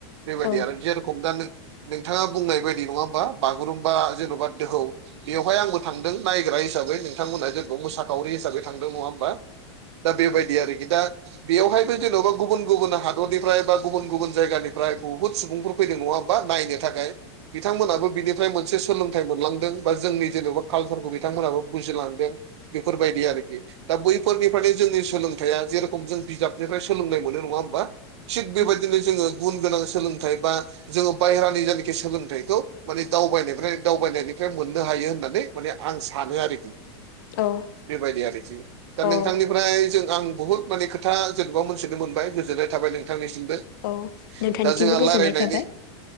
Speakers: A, on the right; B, on the left.
A: बेबायदि
B: नंगौ
A: आरो जेरखम दा नोंथाङा बुंनाय बायदि नङा होमबा बागुरुम्बा जेन'बा दोहौ बेवहाय आंबो थांदों नायग्रा हिसाबै नोंथांमोना जोंखौ मोसाखावरि हिसाबै थांदों नङा होमबा दा बेबायदि आरोखि दा बेयावहायबो जेन'बा गुबुन गुबुन हादरनिफ्राय बा गुबुन गुबुन जायगानिफ्राय बहुद सुबुं फैदों नङा होनबा नायनो थाखाय बिथांमोनाबो बिनि फ्राय मोनसे सोलोंथाइ मोनलांदों बा जोंनि जेन'बा कालसारखौ बिथांमोनाबो बुजिलांदों। बेफोरबायदि आरोखि दा बैफोरनिफ्रायनो जोंनि सोलोंथाइया जेरेखम जों बिजाबनिफ्राय सोलोंनाय मोननाय नङा होमबा थिग बेबायदिनो
B: औ
A: जोङो गुन गोनां सोलोंथाइ बा जोङो बायहेरानि जानाखि सोलोंथाइखौ माने दावबायफ्राय दावबायनायनिफ्राय मोननो हायो होननानै माने आं सानो आरोखि
B: औ
A: बेबायदि आरो दा
B: औ
A: नोंथांनि ओमफ्राय जों आं बहुत माने खोथा जेन'बा मोनथिनो मोनबाय गोजोननाय थाबाय नोंथांनिसिमबो
B: औ नोंथांनिसिमबो
A: दा जोंहा
B: गोजोननाय
A: रायलायनायनि
B: थाबाय।